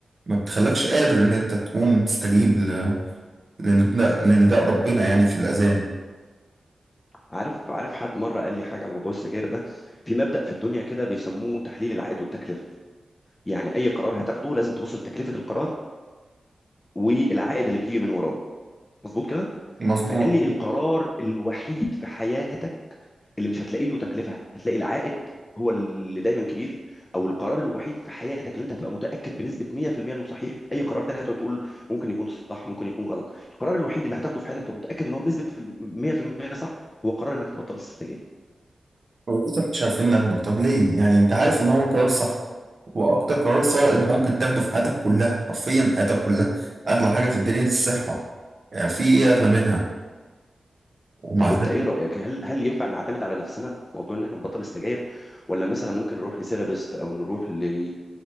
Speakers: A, on the right; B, on the left.
A: ما بتخلكش قادر ان انت تقوم تستجيب ل... لنداء لنداء ربنا يعني في الاذان
B: عارف عارف حد مره قال لي حاجه على موضوع السجاير ده في مبدأ في الدنيا كده بيسموه تحليل العائد والتكلفه يعني اي قرار هتاخده لازم تبص لتكلفه القرار والعائد اللي بيجي من وراه مظبوط كده
A: مظبوط
B: فقال لي القرار الوحيد في حياتك اللي مش هتلاقي له تكلفه هتلاقي العائد هو اللي دايما كبير او القرار الوحيد في حياتك اللي انت هتبقى متاكد بنسبه 100% انه صحيح اي قرار تاني هتقعد تقول ممكن يكون صح ممكن يكون غلط القرار الوحيد اللي هتاخده في حياتك تبقى متاكد ان هو بنسبه في ال- 100% صح هو قرار انك تبطل السجاير
A: ولسه مش عارفين ناخده طب ليه يعني انت عارف ان هو قرار صح واكتر قرار صائب ممكن تاخده في حياتك كلها حرفيا حياتك كلها اغلى حاجة في الدنيا دي الصحة يعني في ايه اغلى منها ومع
B: طب
A: ذلك
B: انت ايه رايك هل هل ينفع نعتمد على نفسنا في موضوع ان احنا نبطل السجاير ولا مثلا ممكن نروح لسيرابيست او نروح ل...